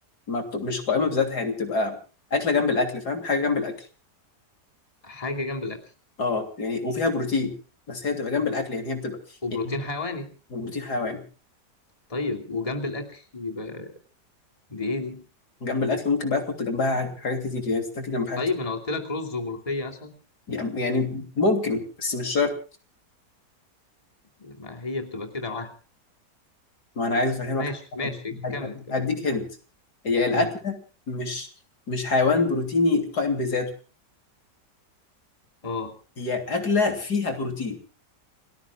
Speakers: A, on the left (about 65°); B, on the left (about 20°).
A: ما بت... مش قائمه بذاتها يعني بتبقى اكله جنب الاكل فاهم حاجه جنب الاكل
B: حاجة جنب الأكل
A: اه يعني وفيها بروتين بس هي بتبقى جنب الاكل يعني هي بتبقى
B: وبروتين
A: يعني
B: حيواني
A: بروتين حيواني
B: طيب وجنب الأكل يبقى دي إيه دي
A: جنب الاكل ممكن بقى تحط جنبها حاجات كتير يعني تتاكل جنب حاجات
B: طيب
A: كتير.
B: أنا قلت لك رز وملوخية مثلا
A: يعني يعني ممكن بس مش شرط
B: ما هي بتبقى كده معاها
A: ما انا عايز افهمك
B: ماشي ماشي
A: هد- هد-
B: كمل كمل
A: هديك هنت هي الاكله
B: امم
A: مش مش حيوان بروتيني قائم بذاته
B: اه
A: هي اكله فيها بروتين